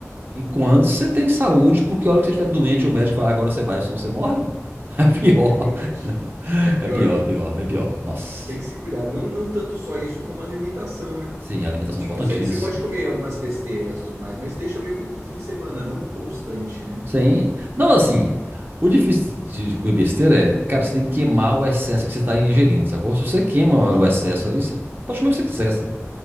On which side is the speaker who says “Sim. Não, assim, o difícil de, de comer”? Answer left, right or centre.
Right